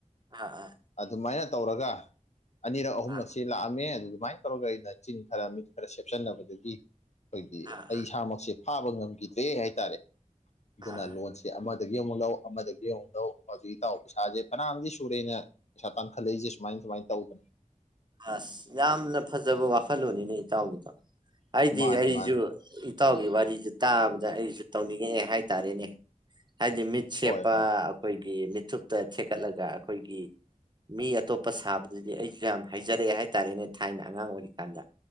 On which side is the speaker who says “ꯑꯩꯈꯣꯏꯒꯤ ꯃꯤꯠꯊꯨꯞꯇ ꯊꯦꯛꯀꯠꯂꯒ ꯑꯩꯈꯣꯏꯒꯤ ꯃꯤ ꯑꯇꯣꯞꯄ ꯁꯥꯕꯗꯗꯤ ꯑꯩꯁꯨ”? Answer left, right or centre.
Right